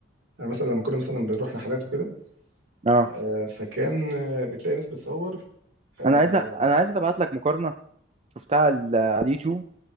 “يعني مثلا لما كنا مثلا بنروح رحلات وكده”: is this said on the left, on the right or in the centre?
Right